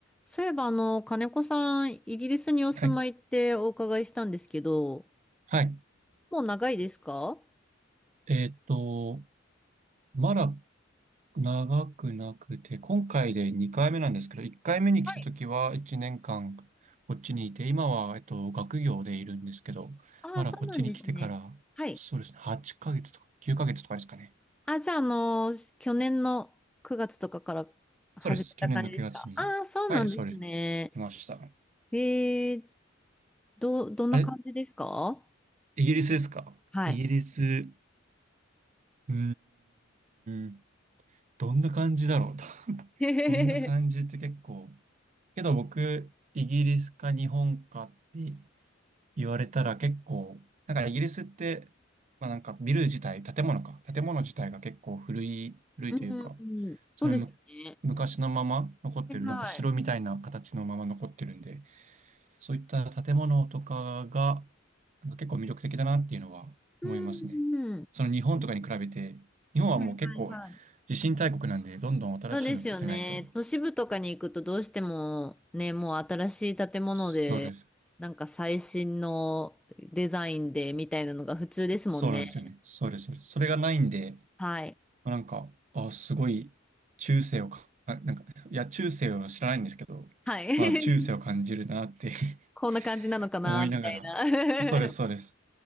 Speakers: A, in the centre; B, on the right.
A: そういえば、あの、金子さん、イギリスにお住まいってお伺いしたんですけど、
B: はい。はい。
A: もう長いですか
B: えーっと、まだ長くなくて、今回で2回目なんですけど、1回目に来た時は1年間
A: はい。
B: こっちにいて、今は、えっと、学業でいるんですけど、
A: ああ、
B: まだこっちに来てから、
A: そうなんですね。はい。
B: そうですね、8ヶ月とか9ヶ月とかですかね。
A: あ、じゃあ、あの、去年の9月とかから始めた感じですかああー、
B: そうです。去年の9月に。
A: そうなんですね。
B: はい、そうです。来ました。
A: えー、ど、どんな感じですか
B: あれ、イギリスですかイギリス、
A: はい。
B: うーん、どんな感じだろう。<laughs>
A: <laughs> へへへへ。
B: どんな感じって結構、けど僕、イギリスか日本かって言われたら結構、なんかイギリスって、まあなんかビル自体、建物か、建物自体が結構古い、古いというか、
A: うん、うんうんそうですよね。
B: そのむ昔のまま残ってる、
A: はいはい。
B: なんか城みたいな形のまま残ってるんで、そういった建物とかが、なんか結構魅力的だなっていうのは思いますね。
A: うん、うん。
B: その日本とかに比べて、日本はもう結構
A: はいはい
B: 地震大国なんで、どんどん新しいの建てないと。
A: そうですよね。都市部とかに行くとどうしてもね、もう新しい建物で、
B: そうです。
A: なんか最新のデザインでみたいなのが普通ですもんね。
B: そうなんですよね。そうです、そうです。それがないんで、ま
A: はい。
B: あなんか、あ、すごい、中世をか、あなんか、いや、中世を知らないんですけど、
A: はい。
B: まあ、中世を感じるなって
A: <laughs>
B: <laughs>
A: こんな感じなのかな、
B: 思いながら、
A: みたいな。<laughs>
B: そうです、そうです。